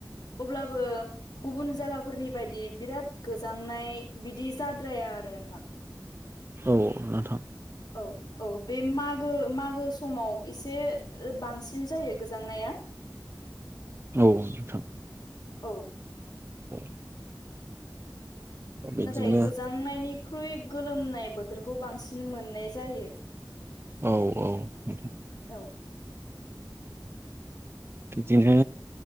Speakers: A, on the left; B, on the right.
A: अब्लाबो गुबुन जायगाफोरनि बायदि बिराद गोजांनाय बिदि जाद्राया आरो नोंथां
B: औ नोंथां
A: औ-औ बे मागो मागो समाव एसे बांसिन जायो गोजांनाया
B: औ नोंथां
A: औ
B: औ बिदिनो
A: नाथाय गोजांनायनिख्रुइ गोलोमनाय बोथोरखौ बांसिन मोननाय जायो
B: औ औ नोंथां
A: औ
B: बिदिनो